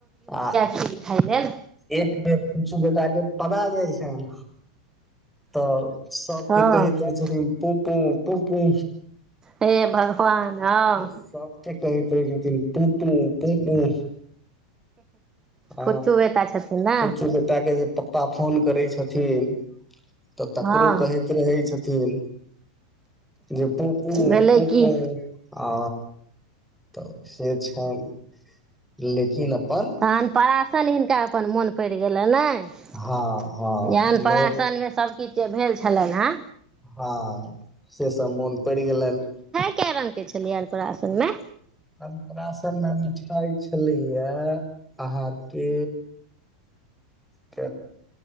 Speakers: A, in the centre; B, on the right.
A: आ
B: खीर खाय लेल
A: एक बेर पूछ अ बेटा के पदा जाइ छैन तऽ सभके
B: हँ
A: कहेते छथिन पुपू पुपू
B: हे भगवान हँ
A: सब ठ कहैत रहैत छथिन पुपू पुपू ह
B: फुच्चू बेटा छथिन ने
A: पुछु बेटा के जे पप्पा पप्पा फोन करै छथिन तऽ तकरो
B: हँ
A: कहैत रहै छथिन जे पुपू
B: भेलै
A: पुपू
B: की
A: आ तऽ से छन लेकिन अप्पन
B: तहन अन्नप्राशन हिनका अपन मोन प‌इर गेलन ने जहन
A: हँ हँ
B: अन्नप्राशन
A: नोत
B: मे सभकिछ जे भेल छलेन हेँ
A: हँ से सब मोन प‌इड़ गेलन न
B: कै रंग के छलियै अन्नप्राशन मे
A: अन्नप्राशन में मिठाई छलैया आहाँ के त